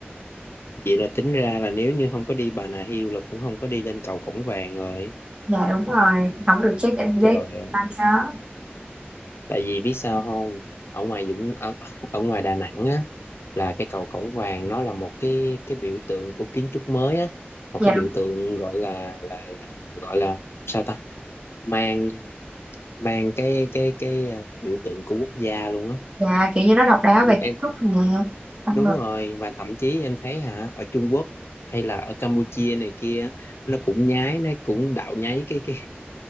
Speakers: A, on the left; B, on the right.
A: Vậy là tính ra là nếu như không có đi Bà Nà Hills là cũng không có đi lên cầu Cổng Vàng rồi.
B: dạ đúng rồi không được check in với
A: Trời ơi,
B: anh đó
A: tại vì biết sao không? Ở ngoài Dũng ở, ở ngoài Đà Nẵng á là cái cầu Cổng Vàng nó là một cái cái biểu tượng của kiến trúc mới á, một
B: dạ
A: cái
B: đúng
A: biểu tượng gọi là là là gọi là sao ta? Mang mang cái cái cái à, biểu tượng của quốc gia luôn á.
B: dạ kiểu như nó độc đáo về
A: Em
B: kiến trúc nè xong
A: Đúng
B: rồi
A: rồi, và thậm chí em thấy hả, ở Trung Quốc hay là ở Campuchia này kia nó cũng nhái nó cũng đạo nháy cái cái